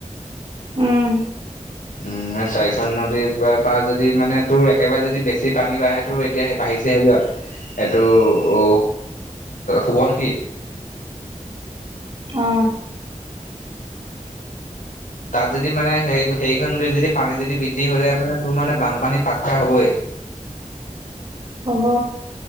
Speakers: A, on the right; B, on the left.
A: উম।
B: উম চাৰিখন নদীৰ পৰা পৰা যদি মানে তোৰ একেবাৰে যদি বেছি পানী বাঢ়ে। টো এতিয়া সে বাঢ়িছে হেৰিয়ত এইটো অ সোৱনশিৰি।
A: অ।
B: তাত যদি মানে হে হেৰিখন নত যদি পানী যদি বৃদ্ধি হৈ যায় মানে তোৰ মানে বানপানী পাক্কা হ'বই।
A: হ'ব।